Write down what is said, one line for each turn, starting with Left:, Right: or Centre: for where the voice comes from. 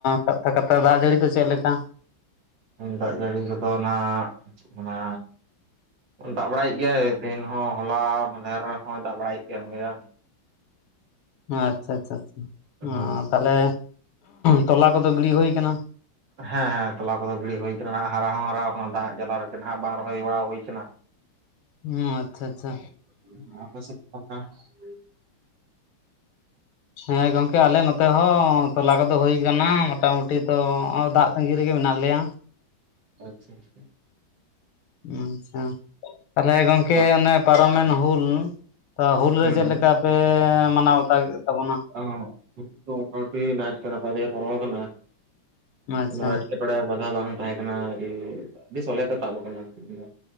Left: ᱠᱟᱛᱷᱟ ᱠᱟᱛᱷᱟ ᱫᱟᱜ ᱡᱟᱹᱲᱤ ᱠᱚ ᱪᱮᱫ ᱞᱮᱠᱟ
Right: ᱫᱟᱜ ᱡᱟᱹᱲᱤ ᱠᱚᱫᱚ ᱱᱟᱜ ᱪᱮᱫ ᱠᱚ ᱢᱮᱱᱟ ᱫᱟᱜ ᱵᱟᱲᱟᱭᱮᱫ ᱜᱮᱭᱟᱭ, ᱛᱮᱦᱤᱧ ᱦᱚᱸ ᱦᱚᱞᱟ ᱢᱟᱦᱫᱮᱨ ᱨᱮᱦᱚᱭ ᱫᱟᱜ ᱵᱟᱲᱟᱭᱮᱫ ᱜᱮᱭᱟ᱾
Left: ᱟᱪᱪᱷᱟ ᱟᱪᱪᱷᱟ ᱟᱪᱷᱟ
Right: ᱦᱩᱸ᱾
Left: ᱛᱟᱦᱚᱞᱮ ᱛᱚᱞᱟ ᱠᱚᱫᱚ ᱜᱤᱲᱤ ᱵᱟᱲᱟ ᱦᱩᱭ ᱟᱠᱟᱱᱟ
Right: ᱦᱮᱸ ᱦᱮᱸ ᱛᱚᱞᱟ ᱠᱚᱫᱚ ᱜᱤᱲᱤ ᱦᱩᱭᱟᱱᱟ ᱦᱟᱨᱟ ᱦᱚᱸ ᱦᱟᱨᱟ ᱟᱠᱟᱱᱟ ᱫᱟᱜ ᱡᱟᱞᱟ ᱨᱮ ᱜᱮ ᱱᱟᱜ ᱵᱟᱝ ᱨᱚᱦᱚᱭ ᱵᱟᱲᱟ ᱦᱩᱭ ᱟᱠᱟᱱᱟ
Left: ᱦᱩᱸ ᱟᱪᱪᱷᱟ ᱟᱪᱪᱷᱟ
Right: <unintelligible>
Left: ᱦᱮᱸ ᱜᱚᱝᱠᱮ ᱟᱞᱮ ᱱᱚᱛᱮ ᱦᱚᱸ ᱛᱚᱞᱟ ᱠᱚᱫᱚ ᱦᱩᱭ ᱟᱠᱟᱱᱟ ᱢᱚᱴᱟᱢᱩᱴᱤ ᱱᱤᱛ ᱫᱚ ᱫᱟᱜ ᱛᱟᱺᱜᱤ ᱨᱮᱜᱮ ᱢᱮᱱᱟᱜ ᱞᱮᱭᱟ
Right: ᱟᱪᱪᱷᱟ ᱟᱪᱪᱷᱟ
Left: ᱟᱪᱪᱷᱟ ᱛᱟᱦᱞᱮ ᱜᱚᱝᱠᱮ
Right: ᱫᱟᱜ
Left: ᱚᱱᱮ ᱯᱟᱨᱚᱢᱮᱱ ᱦᱩᱞ ᱛᱚ ᱦᱩᱞ
Right: ᱦᱩᱸ
Left: ᱨᱮ ᱪᱮᱫ
Right: ᱦᱩᱸ
Left: ᱞᱮᱠᱟ ᱯᱮ ᱢᱟᱱᱟᱣ ᱵᱟᱛᱟᱣ ᱠᱮᱫ ᱛᱟᱵᱚᱱᱟ
Right: <unintelligible> ᱢᱚᱴᱟᱢᱚᱴᱤ ᱱᱟᱭ ᱛᱮ ᱱᱟᱯᱟᱭ ᱛᱮᱜᱮ ᱯᱟᱨᱚᱢ ᱟᱠᱟᱱᱟ
Left: ᱟᱪᱪᱷᱟ
Right: ᱠᱤᱱᱳ ᱮᱴᱠᱮ ᱴᱚᱸᱲᱮ ᱵᱟᱫᱷᱟ ᱵᱟᱝ ᱛᱟᱦᱮᱸ ᱠᱟᱱᱟ ᱟᱹᱰᱤ, ᱟᱹᱰᱤ ᱥᱚᱞᱦᱮ ᱛᱮ ᱛᱟᱵ ᱟᱠᱟᱱᱟ ᱛᱮᱦᱮᱧ ᱫᱚ